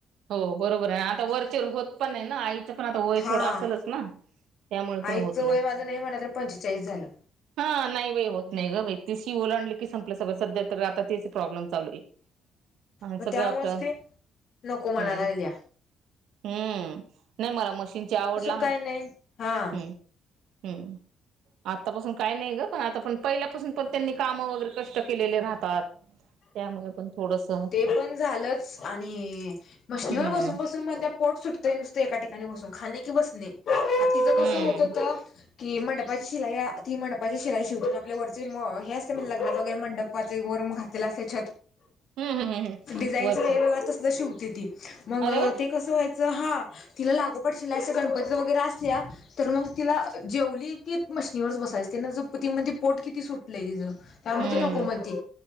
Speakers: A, on the right; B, on the left.
A: हो बरोबर आहे आता वरचेर होत पण ना आईचं पण आता वय
B: हा
A: थोडं असेलच ना त्यामुळे पण
B: आईचं
A: होत
B: वय माझं नाही म्हणा पंचेचाळीस झालं
A: हा नाही बाई होत नाही ग बा तेशी ओलांडली की संपलं स सध्या तर आता त्या प्रॉब्लेम चालू आहे. आणि
B: मग
A: सगळं
B: त्यामुळेच
A: आपलं
B: त नको म्हणा
A: हम्म
B: लागली या
A: हम्म नाही मला मशीनची आवड लहान
B: काय नाही हा
A: हम् हम्म आतापासून काय नाही ग पण आता पण पहिल्यापासून पण त्यांनी कामं वगैरे कष्ट केलेले राहत पाथ यामुळे पण थोडस पा
B: ते पण झालंच आणि मशिनीवर
A: हम्म
B: बसून बसून मधेय पोट सुटतंय नसते एका ठिकाणी बसून खाली बसले ति कस
A: हम्म
B: होत होत कि मंडपाची शिलाई आ ती मंडपाची शिलाई शिवतून आपल्या वरचे म हे असते लग्नात वगैरे मंडपाचे गै मग घातले
A: हम्म हम्म हम्म
B: डिझाईन
A: वरच
B: वेगवेगळयातल शिव देतिल मग
A: अरे वा
B: ते कस व्हायचं हा तिला लागोपाठ शिलाई गणपती वगैरे असल्या तर मग तिला जेवली की मशिनीवरस बसायचं ना त ती म्हणे पोट किती सुटलंय तिचं. त्यामुळे
A: हम्म
B: नको म्हणते